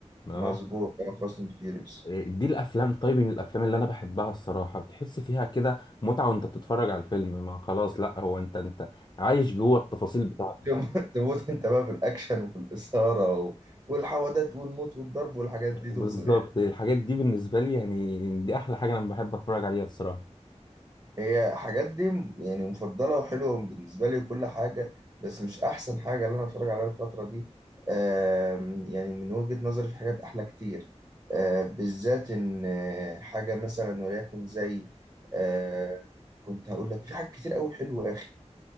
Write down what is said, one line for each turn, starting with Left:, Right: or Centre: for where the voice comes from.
Left: اه
Right: مظبوط اه فاست اند فيوريوس
Left: دي الافلام طيب من الافلام اللي انا بحبها الصراحه بتحس فيها كده متعه وانت بتتفرج على الفيلم ما خلاص لا هو انت انت عايش جوه التفاصيل بتاعته
Right: <laughs> تموت انت بقى في الاكشن وفي الاثارة و- والحوادث والموت والضرب والحاجات دي
Left: بالظبط
Right: تقصد يعني.
Left: الحاجات دي بالنسبه لي يعني دي احلى حاجه انا بحب اتفرج عليها الصراحه
Right: هي حاجات دي م- يعني مفضلة وحلوة بالنسبة لي وكل حاجة بس مش أحسن حاجة اللي أنا أتفرج عليها الفترة دي آم، يعني من وجهة نظري في حاجات أحلى كتير آه، بالذات إن آه، حاجة مثلا وليكن زي آه، كنت هقول لك في حاجات كتير أوي حلوة يا أخي